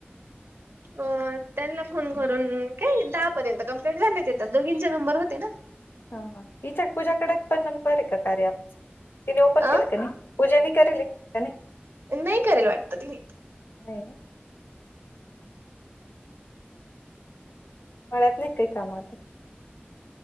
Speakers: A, on the right; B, on the left.
A: अ त्यांना फोन करून काय दहा पर्यंत कंप्लीट झालेेत दोघींचे नंबर होते ना! !!!
B: हा हा इचाक पूजा कड पण नंबर आहे का कार्या अँपचा तिन ओपन
A: अ
B: केलं का नाही पूजाने करीले का नाही! !!
A: नाही करीले वाटतं तिने!
B: नाही ना हम्म मळ्यात नाही का काही काम आता!